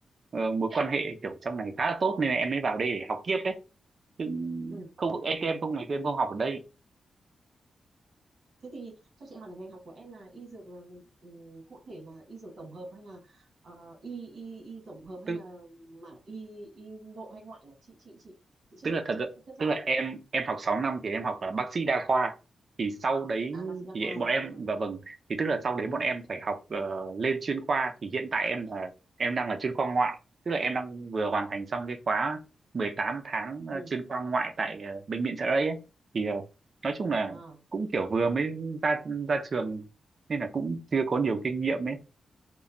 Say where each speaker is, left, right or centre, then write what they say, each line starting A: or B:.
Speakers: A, on the right; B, on the right.
A: ờ, mối quan hệ kiểu trong này khá là tốt nên là em mới vào đây để học tiếp đấy chứ
B: ừ
A: không
B: ok
A: em em không ngày xưa em không học ở đây
B: thế thì cho chị hỏi là ngành học của em là y dược là ừ, cụ thể là y dược tổng hợp hay là ờ, y y y tổng hợp hay
A: tức
B: là mảng y y nội hay ngoại nhỉ chị chị chị chị chưa
A: tức
B: biết
A: là thật ra-
B: chị chưa rõ
A: tức là em em học 6 năm thì em học là bác sĩ đa khoa thì sau đấy
B: à bác sĩ đa
A: thì
B: khoa
A: bọn em
B: ừ.
A: và vâng thì tức là sau đấy bọn em phải học ờ, lên chuyên khoa thì hiện tại em là em đang là chuyên khoa ngoại tức là em đang vừa hoàn thành xong cái khóa 18 tháng ờ,
B: ừ
A: chuyên khoa ngoại tại ờ, bệnh viện Chợ Rẫy ấy. thì ờ, nói chung là
B: à
A: cũng kiểu vừa mới ra ra trường nên là cũng chưa có nhiều kinh nghiệm ấy